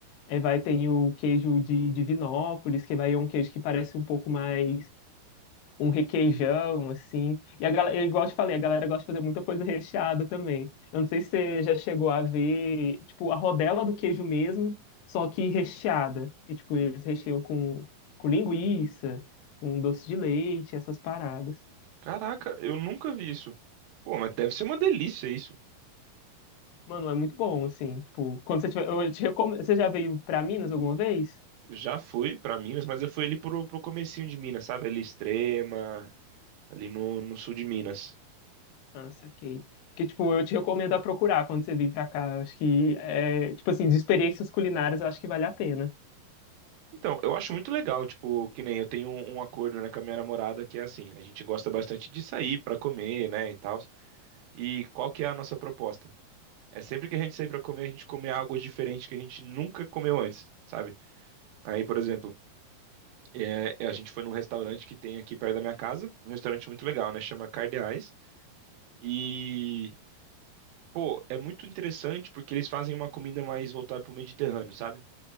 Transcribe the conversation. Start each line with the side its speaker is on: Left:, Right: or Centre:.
Left: eh, vai ter o queijo de, de Divinópolis, que vai é um queijo que parece um pouco mais um requeijão, assim. E a galera, igual eu te falei, a galera gosta de fazer muita coisa recheada também. Eu não sei se você já chegou a ver, tipo, a rodela do queijo mesmo, só que recheada. E, tipo, eles recheiam com, com linguiça, com doce de leite, essas paradas.
Right: Caraca, eu nunca vi isso. Pô, mas deve ser uma delícia isso.
Left: Mano, é muito bom, assim, tipo, quando você tiver, eu te recomendo, você já veio pra Minas alguma vez?
Right: Já fui pra Minas, mas eu fui ali pro, pro comecinho de Minas, sabe? Ali Extrema, ali no, no sul de Minas.
Left: Ah, saquei. Que, tipo, eu te recomendo a procurar quando você vir pra cá. Eu Acho que, é, tipo assim, de experiências culinárias, eu acho que vale a pena.
Right: Então, eu acho muito legal, tipo, que nem eu tenho um um acordo, né, com a minha namorada que é assim, a gente gosta bastante de sair pra comer, né, e tal. E qual que é a nossa proposta? É sempre que a gente sair para comer, a gente comer algo diferente que a gente nunca comeu antes, sabe? Aí, por exemplo, é, é, a gente foi num restaurante que tem aqui perto da minha casa, um restaurante muito legal, né? Chama Cardeais. E, pô, é muito interessante porque eles fazem uma comida mais voltada pro Mediterrâneo, sabe?